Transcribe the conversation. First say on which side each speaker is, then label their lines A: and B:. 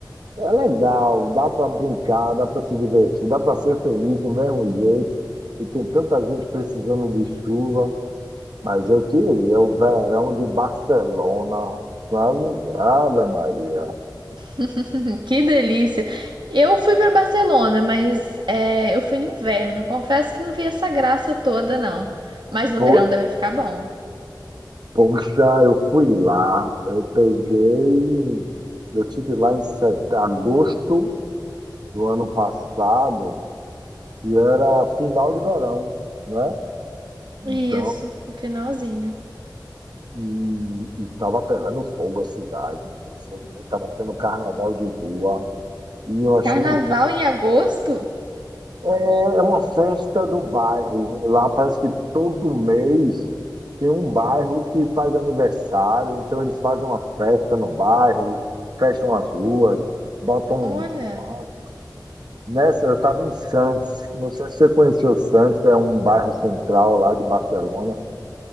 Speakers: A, on the right; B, on the right.
A: É legal, dá para brincar, dá para se divertir, dá para ser feliz do mesmo jeito. E tem tanta gente precisando de chuva, mas eu queria o verão de Barcelona, sabe? Ave Maria.
B: <laughs> Que delícia! Eu fui para Barcelona, mas é, eu fui no inverno. Confesso que não vi essa graça toda, não. Mas no
A: Foi?
B: verão deve ficar bom.
A: Poxa, eu fui lá, eu peguei, eu tive lá em set... agosto do ano passado, e era final de verão, né?
B: Isso,
A: Então,
B: no finalzinho.
A: e, e tava pegando fogo a cidade, estava tendo carnaval de rua, e eu achei
B: Carnaval em agosto?
A: É é uma festa do bairro. Lá parece que todo mês tem um bairro que faz aniversário, então eles fazem uma festa no bairro, fecham as ruas, botam.
B: Olha.
A: palcos. Nessa, eu estava em Santos, não sei se você conheceu Santos, é um bairro central lá de Barcelona,